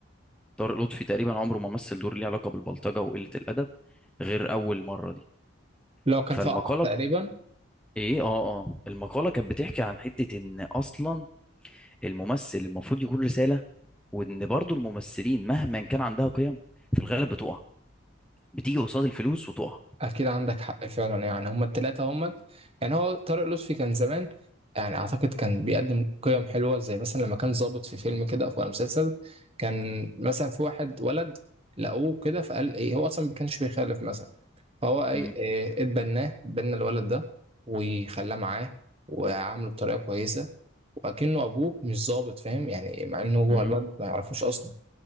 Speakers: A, in the centre; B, on the right.
A: طارق لطفي تقريبا عمره ما مثل دور ليه علاقه بالبلطجه وقله الادب غير اول مره دي
B: لو كان
A: فالمقاله
B: في قرع تقريبا
A: ايه اه اه المقاله كانت بتحكي عن حته ان اصلا الممثل المفروض يكون رسالة وان برضو الممثلين مهما كان عندها قيم في الغالب بتقع بتيجي قصاد الفلوس وتقع
B: اكيد عندك حق فعلا يعني هما التلاتة هما يعني هو طارق لطفي كان زمان يعني اعتقد كان بيقدم قيم حلوه زي مثلا لما كان ظابط في فيلم كده او في مسلسل كان مثلا في واحد ولد لقوه كده فقال ايه هو اصلا ما كانش بيخالف مثلا فهو ايه
A: امم
B: إيه، اتبناه اتبنى الولد ده وخلاه معاه وعامله بطريقه كويسه وأكنه ابوه مش ظابط فاهم يعني مع انه هو
A: امم
B: الواد ما يعرفوش اصلا